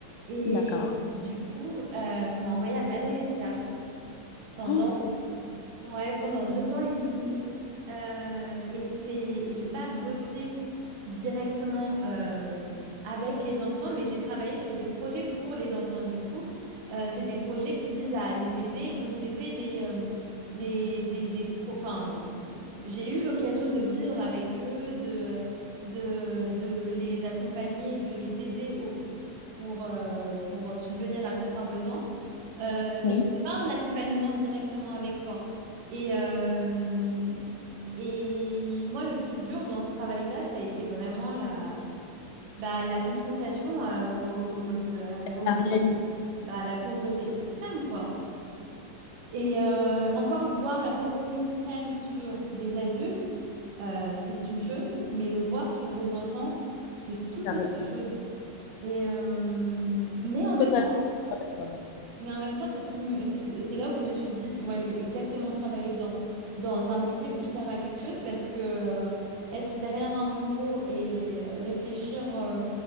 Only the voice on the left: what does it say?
D'accord.
Oh, trop bien.
Oui.
La
réalité.
Carrément.
Totalement
d'accord.